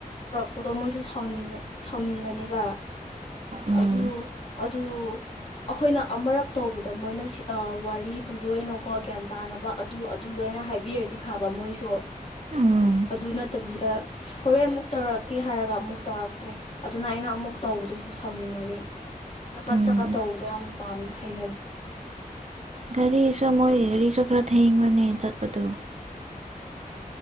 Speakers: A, on the left (about 45°); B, on the right (about 50°).
A: ꯄꯇꯣ ꯃꯣꯏꯁꯨ ꯁꯥꯎꯅꯤꯡ ꯁꯥꯎꯅꯤꯡꯒꯅꯦꯕ ꯑꯗꯨ
B: ꯎꯝ
A: ꯑꯗꯨ ꯑꯩꯈꯣꯏꯅ ꯑꯃꯔꯞ ꯇꯧꯕꯗ ꯃꯣꯏꯅ ꯋꯥꯔꯤꯗꯨ ꯂꯣꯏꯅꯀꯣ ꯒ꯭ꯌꯥꯟ ꯇꯥꯅꯕ ꯑꯗꯨ ꯑꯗꯨ ꯂꯣꯏꯅ ꯍꯥꯏꯕꯤꯔꯗꯤ ꯐꯥꯕ ꯃꯣꯏꯁꯨ
B: ꯎꯝ
A: ꯑꯗꯨ ꯅꯠꯇ ꯑꯩꯩꯗ ꯍꯣꯔꯦꯟ ꯑꯃꯨꯛ ꯇꯧꯔꯛꯀꯦ ꯍꯥꯏꯔꯒ ꯑꯃꯨꯛ ꯇꯧꯔꯛꯇ꯭ꯔꯦ ꯑꯗꯨꯅ ꯑꯩꯅ ꯑꯃꯨꯛ ꯇꯧꯕꯗꯨꯁꯨ ꯑꯗꯨꯨ ꯁꯥꯎꯅꯤꯡꯒꯅꯤ ꯆꯈꯠ
B: ꯎꯝ
A: ꯆꯈꯠ ꯇꯧꯕꯗꯣ ꯌꯥꯝ ꯄꯥꯝ ꯍꯩꯅꯗꯦ
B: ꯒꯥꯔꯤꯁꯨ ꯃꯣꯏꯒꯤ ꯒꯥꯔꯤꯁꯨ ꯈꯔ ꯊꯦꯡꯕꯅꯦ ꯆꯠꯄꯗꯨ